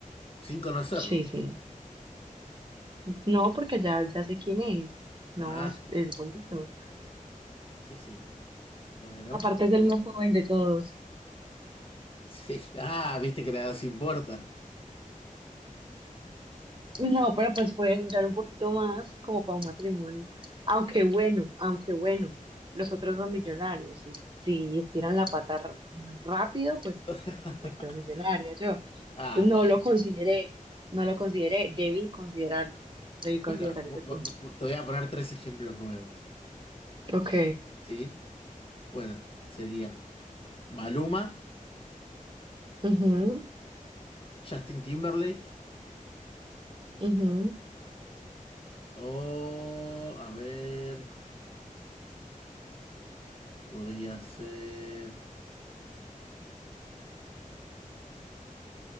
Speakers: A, on the left; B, on the right.
A: Sin conocerlo.
B: Sí, sí. No, porque ya, ya sé quién es. No,
A: Ah,
B: es, es bonito.
A: sí, sí. Bueno,
B: Aparte
A: muy
B: es el
A: bien.
B: más
A: <laughs>
B: joven de todos.
A: Sí. Ah, viste que la edad se importa.
B: No, pero pues puede durar un poquito más como para un matrimonio. Aunque bueno, aunque bueno, los otros dos millonarios. Y si estiran la pata r- rápido, pues
A: <laughs>
B: me quedo millonaria yo.
A: Ah,
B: Yo No
A: bueno.
B: lo consideré, no lo consideré. Debí considerarlo, debí considerar
A: Bueno,
B: ese
A: vo-
B: punto.
A: vo- vo- te voy a poner tres ejemplos nuevos.
B: Ok.
A: ¿Sí? Bueno, sería Maluma.
B: Ujú,
A: Justin Timberlake.
B: ujú.
A: O, a ver, podría ser...